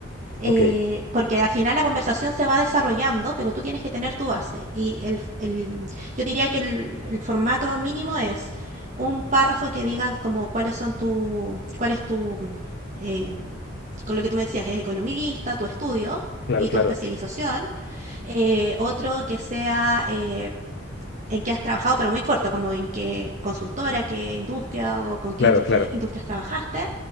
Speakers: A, on the right; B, on the left.
A: eh,
B: Ok,
A: porque al final la conversación se va desarrollando, pero tú tienes que tener tu base. Y el, el- yo diría que el, el formato mínimo es un párrafo que diga como cuáles son tu, cuál es tu, eh, con lo que tú me decías, es economista, tu estudio
B: claro,
A: y
B: claro,
A: tu especialización. Eh, otro que sea eh, en qué has trabajado, pero muy corto, como en qué consultora, qué industria o con qué
B: claro,
A: industria-
B: claro,
A: industrias trabajaste.